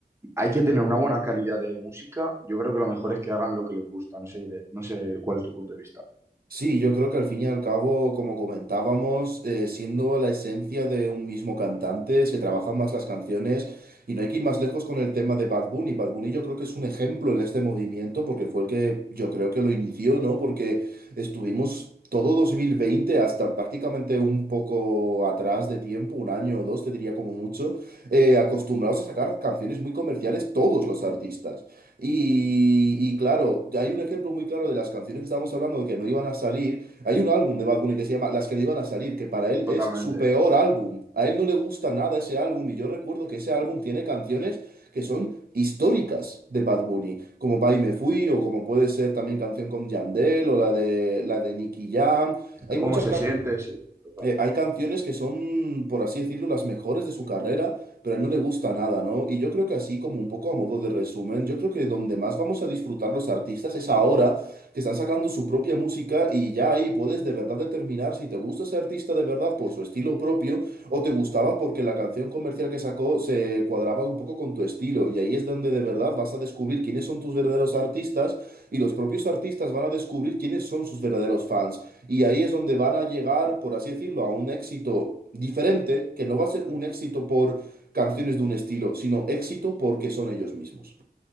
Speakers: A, on the right; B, on the right.
A: hay que tener una buena calidad de música. Yo creo que lo mejor es que hagan lo que les gusta. No sé, de- no sé cuál es tu punto de vista.
B: Sí, yo creo que al fin y al cabo, como comentábamos, eh, siendo la esencia de un mismo cantante, se trabajan más las canciones y no hay que ir más lejos con el tema de Bad Bunny. Bad Bunny yo creo que es un ejemplo en este movimiento porque fue el que yo creo que lo inició, ¿no? Porque estuvimos todo 2020 hasta prácticamente un poco atrás de tiempo, un año o dos, te diría como mucho, eh, acostumbrados a sacar canciones muy comerciales todos los artistas. Y, y claro, hay un ejemplo muy claro de las canciones que estábamos hablando de que no iban a salir. Hay un álbum de Bad Bunny que se llama Las que no iban a salir, que para él
A: Totalmente.
B: es su peor álbum. A él no le gusta nada ese álbum y yo recuerdo que ese álbum tiene canciones que son históricas de Bad Bunny, como Pa' y me fui o como puede ser también canción con Yandel o la de la de Nicky Jam. Hay muchas
A: ¿Cómo se
B: canciones
A: siente? Sí, total.
B: eh, hay canciones que son, por así decirlo, las mejores de su carrera, pero a él no le gusta nada, ¿no? Y yo creo que así, como un poco a modo de resumen, yo creo que donde más vamos a disfrutar los artistas es ahora que están sacando su propia música y ya ahí puedes de verdad determinar si te gusta ese artista de verdad por su estilo propio o te gustaba porque la canción comercial que sacó se cuadraba un poco con tu estilo. Y ahí es donde de verdad vas a descubrir quiénes son tus verdaderos artistas y los propios artistas van a descubrir quiénes son sus verdaderos fans. Y ahí es donde van a llegar, por así decirlo, a un éxito diferente, que no va a ser un
A: Ujú.
B: éxito por canciones de un estilo, sino éxito porque son ellos mismos.